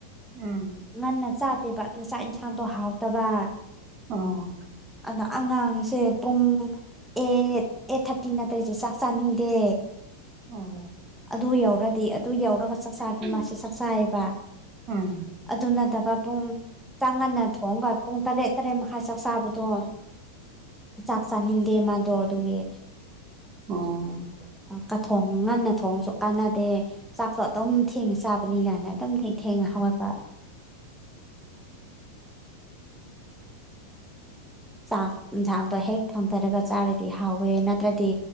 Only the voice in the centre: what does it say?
ꯉꯟꯅ ꯆꯥꯗꯦꯕ ꯑꯗꯨ ꯆꯥꯛ ꯌꯦꯟꯁꯥꯡꯗꯣ ꯍꯥꯎꯇꯕꯥ
ꯑꯅꯥ ꯑꯉꯥꯡꯁꯦ ꯄꯨꯡ ꯑꯦꯠ ꯑꯦꯠ ꯊꯥꯔꯇꯤ ꯅ ꯇꯔ꯭ꯗꯤ ꯆꯥꯛ ꯆꯥꯅꯤꯡꯗꯦ
ꯑꯗꯨ ꯌꯧꯔ ꯑꯗꯨ ꯌꯧꯔꯒ ꯆꯥꯛ ꯆꯥꯗꯤ
ꯃꯥꯁꯦ ꯆꯥꯛ ꯆꯥꯏꯌꯦꯕ
ꯑꯗꯨ ꯅꯠꯇꯕ ꯄꯨꯡ ꯆꯥꯛ ꯉꯟꯅ ꯊꯣꯡꯉꯒ ꯄꯨꯡ ꯇꯔꯦꯠ ꯇꯔꯦꯠ ꯃꯈꯥꯏ ꯆꯥꯛ ꯆꯥꯕꯗꯣ ꯆꯥꯛ ꯆꯥꯅꯤꯡꯗꯦ ꯃꯥꯗꯣ ꯑꯗꯨꯒꯤ
ꯀꯊꯣꯡ ꯉꯟꯅ ꯊꯣꯡꯉꯁꯨ ꯀꯥꯟꯅꯗꯦ ꯆꯥꯛꯁꯨ ꯑꯗꯨꯝ ꯊꯦꯡꯅ ꯆꯥꯕꯅꯤꯅꯅꯥ ꯑꯗꯨꯝ ꯊꯦꯡ ꯊꯦꯡꯅ ꯍꯧꯒꯠꯄ ꯆꯥꯛ ꯍꯦꯟꯁꯥꯡꯗꯣ ꯍꯦꯛ ꯊꯥꯡꯊꯔꯒ ꯆꯥꯔꯗꯤ ꯍꯥꯎꯋꯦ ꯅꯠꯇ꯭ꯔꯗꯤ